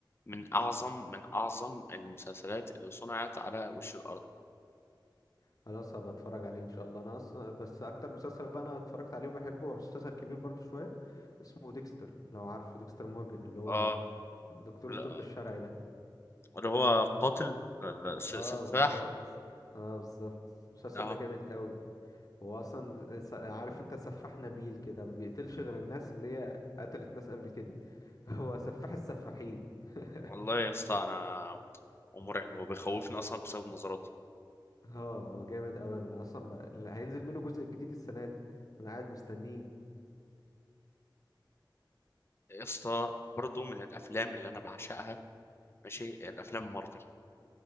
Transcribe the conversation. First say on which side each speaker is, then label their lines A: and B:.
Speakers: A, on the left; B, on the left.
A: من أعظم من أعظم المسلسلات اللي صنعت على وش الأرض
B: خلاص هبقى اتفرج عليه ان شاء الله انا اصلا بس اكتر مسلسل بقى انا اتفرجت عليه وبحبه هو مسلسل كبير برضو شوية اسمه ديكستر لو عارفه ديكستر مورجان اللي هو
A: اه
B: دكتور الطب
A: لا-
B: الشرعي ده
A: اللي هو قاتل لا- س-
B: اه
A: سفاح
B: بالظبط اه بالظبط المسلسل
A: اه
B: ده جامد قوي هو اصلا س- عارف انت سفاح نبيل كده ما بيقتلش غير الناس اللي هي قتلت ناس قبل كده <laughs> هو سفاح السفاحين <laughs>
A: والله يا اسطى أنا ومرعب هو بيخوفني أصلا بسبب نظراته
B: اه هو جامد قوي انا اصلا ب... هينزل منه جزء جديد السنه دي انا قاعد مستنيه
A: يا اسطى برضه من الأفلام اللي أنا بعشقها ماشي الأفلام مارفل